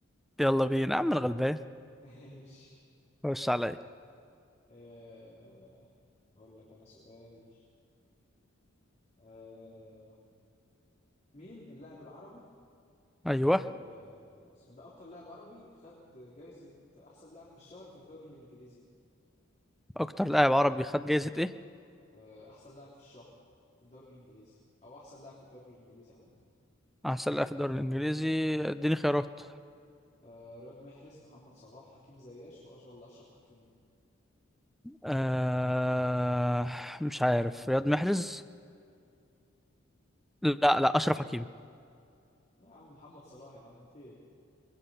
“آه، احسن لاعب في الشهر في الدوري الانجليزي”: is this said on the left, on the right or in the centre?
Left